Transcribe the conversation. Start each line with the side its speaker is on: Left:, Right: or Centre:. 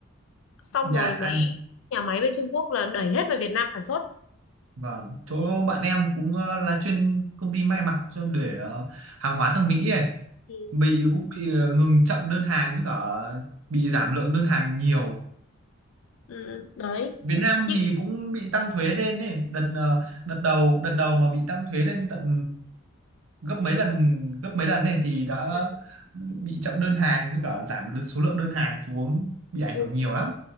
Left: xong
Right: nhà
Left: rồi mấy
Right: anh
Left: nhà máy bên Trung Quốc là đẩy hết về Việt Nam sản xuất.
Right: Vâng, chỗ bạn em cũng ờ, là chuyên công ty may mặc cho để ờ, hàng hóa sang Mỹ ấy.
Left: Ừ,
Right: Bị cũng bị ờ, ngừng chậm đơn hàng với cả bị giảm lượng đơn hàng nhiều.
Left: ừ, đấy.
Right: Việt Nam
Left: Nhưng
Right: thì cũng bị tăng thuế lên ấy, đợt ờ, đợt đầu đợt đầu mà bị tăng thuế lên tận gấp mấy lần gấp mấy lần này thì đã
Left: ừ,
Right: bị chậm đơn hàng với cả giảm số lượng đơn hàng xuống bị ảnh
Left: ừ,
Right: hưởng nhiều lắm.